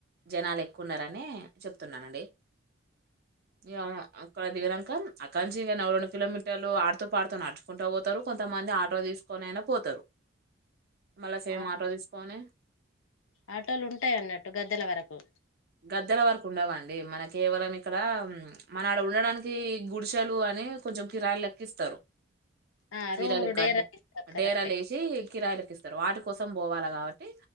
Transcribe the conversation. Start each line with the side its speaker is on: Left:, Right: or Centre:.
Right: జనాలు ఎక్కువున్నారని చెప్తున్నానండి ఇగా అక్కడ దిగినంక అక్కనించి ఇక నవ్ రెండు కిలోమీటర్లు ఆడుతూ పాడుతూ నడుచుకుంటా పోతారు కొంతమంది ఆ టో తీసుకొని అయినా పోతారు మళ్ళా సేమ్
Left: ఆ
Right: ఆటో తీసుకొన్ని
Left: ఆటోలు ఉంటాయన్నట్టు గద్దెల వరకు
Right: గద్దెల వరకు ఉండవాండి, మన కేవలం ఇక్కడ మన ఆడ ఉండడానికి గుడిసెలు అని కొంచెం కిరాణలు లెక్కిస్తారు.
Left: ఆ
Right: చీరలు
Left: రూములు
Right: క
Left: డేరా ఇస్తారు కరెక్టే
Right: డేరలు వేసి కిరాయిలుకి ఇస్తారు వాటి కోసం పోవాల కాబట్టి